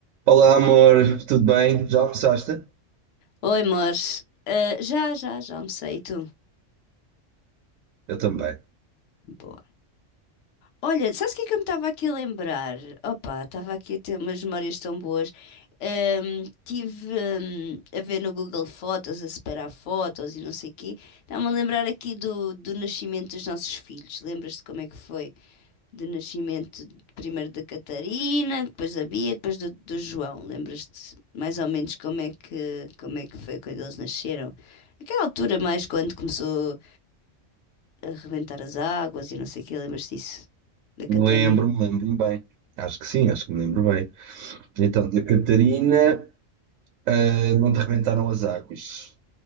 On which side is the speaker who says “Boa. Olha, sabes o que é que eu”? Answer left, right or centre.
Left